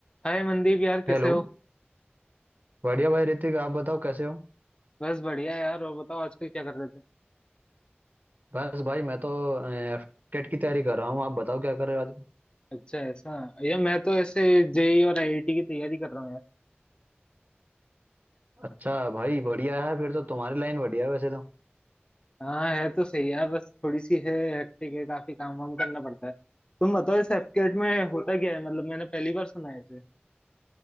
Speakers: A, on the left; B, on the right.
A: हाय मनदीप यार कैसे
B: Hello
A: हो
B: बढ़िया भाई ऋतिक आप बताओ कैसे हो
A: बस बढ़िया यार और बताओ आजकल क्या कर रहे थे
B: बस भाई मैं तो एफटेट की तैयारी कर रहा हूँ आप बताओ क्या कर रहे हो आजकल?
A: अच्छा ऐसा यार मैं तो ऐसे जेई और आईआईटी की तैयारी कर रहा हूँ यार
B: अच्छा भाई बढ़िया है फिर तो तुम्हारी लाइन बढ़िया है वैसे तो
A: हाँ है तो सही यार बस थोड़ी सी है हेक्टिक है काफी काम वाम करना पड़ता है तुम बताओ इस एफकेट में होता क्या है मतलब मैंने पहली बार सुना है इसे